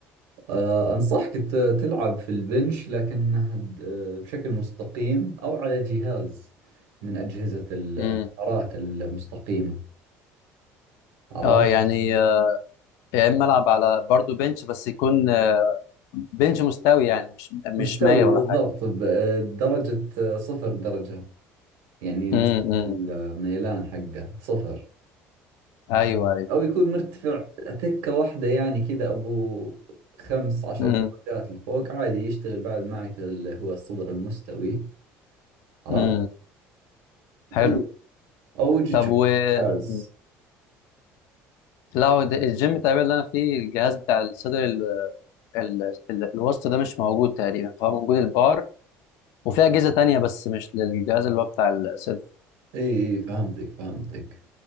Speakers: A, on the right (about 85°); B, on the left (about 70°).
A: آه، أنصحك ت- تلعب في البنش لكنها د- آه، بشكل مستقيم أو على جهاز من أجهزة الحرارات
B: امم
A: المستقيمة عرفت؟
B: اه يعني آه، يا اما العب على برضو بنش بس يكون آه، بنش مستوي يعني مش
A: مستوي
B: مش مايل ولا
A: بالضبط
B: حاجه
A: بدرجة صفر درجة يعني نسبة
B: امم امم
A: الميلان حقه صفر
B: ايوه ايوه
A: أو يكون مرتفع تكة واحدة يعني كذا أبو خمس عشر
B: امم
A: درجات لفوق عادي يشتغل بعد معك اللي هو الصدر المستوي عرفت؟
B: امم حلو
A: أي أو تشوف
B: طب و
A: جهاز
B: مم. لا هو ده- الجيم تقريبا اللي انا فيه الجهاز بتاع الصدر ال... ال... ال... الوسط ده مش موجود تقريبا فهو موجود البار وفي اجهزه تانية بس مش للجهاز اللي هو بتاع الصدر
A: اي اي فهمتك فهمتك